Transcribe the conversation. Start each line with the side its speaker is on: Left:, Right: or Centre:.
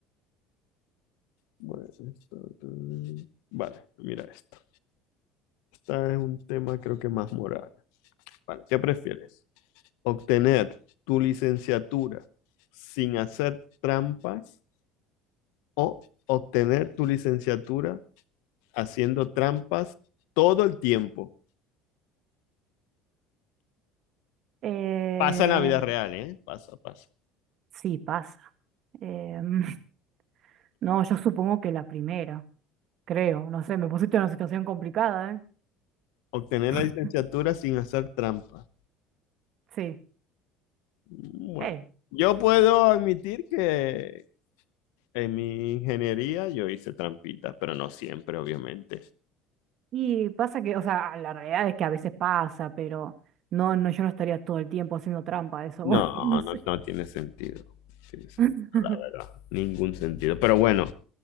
Left: Bueno, esto, esto. Vale, mira esto. Esta es un tema creo que más moral. Vale, ¿qué prefieres? obtener tu licenciatura sin hacer trampas o obtener tu licenciatura haciendo trampas todo el tiempo.
Right: Eh,
Left: Pasa en la vida real, ¿eh? Pasa, pasa.
Right: sí, pasa. Em, <laughs> no, yo supongo que la primera, creo, no sé, me pusiste en una situación complicada, ¿eh?
Left: Obtener
Right: <laughs>
Left: la licenciatura sin hacer trampas.
Right: Sí.
Left: Bueno,
Right: Eh,
Left: yo puedo admitir que en mi ingeniería yo hice trampitas, pero no siempre, obviamente.
Right: Y pasa que, o sea, la realidad es que a veces pasa, pero no, no, yo no estaría todo el tiempo haciendo trampa, a eso
Left: No,
Right: voy, <laughs> no sé.
Left: no, no tiene sentido. No Tiene sentido,
Right: <laughs>
Left: la verdad. Ningún sentido. Pero bueno,